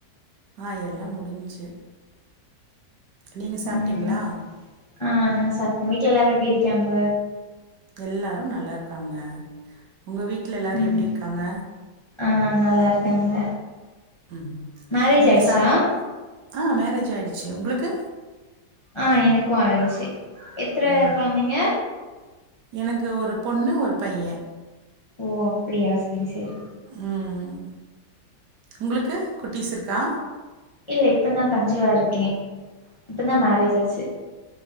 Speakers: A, on the right; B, on the left.
A: ஆ எல்லா முடிஞ்ச்சு நீங்க சாப்ட்டீங்ளா
B: ம் ஆ நா சாப்ட்டே வீட்டல எல்லாரு எப்டி இரிக்காங்க
A: எல்லாரு நல்லார்க்காங்க உங்க வீட்ல எல்லாரு
B: ம்
A: எப்டி இருக்காங்க
B: ஆ நல்லா இருக்காங்க
A: ம்
B: மேரேஜ்
A: நீங்க
B: ஆயிட்ச்சா
A: சாப் ஆ மேரேஜ் ஆயிட்ச்சு உங்களுக்கு
B: ஆ எனக்கு ஆயிடுச்சு எத்தன
A: ம்
B: கொழந்தைங்க
A: எனக்கு ஒரு பொண்ணு ஒரு பைய
B: ஓ அப்டியா செரி செரி
A: ம் உங்களுக்கு குட்டீஸ் இருக்கா
B: இல்ல இப்பந்தா கஞ்சிவா இருக்கே இப்பந்தா மேரேஜ் ஆச்சி